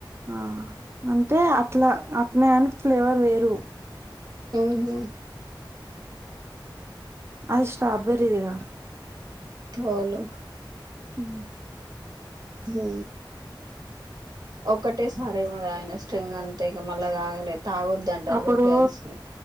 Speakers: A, on the right (about 30°); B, on the right (about 55°).
A: ఆ అంటే అట్లా అట్నేకాని ఫ్లేవర్ వేరు
B: ఊహు
A: ఆ అది స్ట్రాబెర్రీదిగా
B: అవును
A: హు
B: హు ఒక్కటే సారే ఏమోగా తాగిన స్ట్రింగ్ అంటే ఇగ మళ్ళా తాగాలే తాగొద్దంటారు
A: అప్పుడు
B: గా గర్ల్స్ ని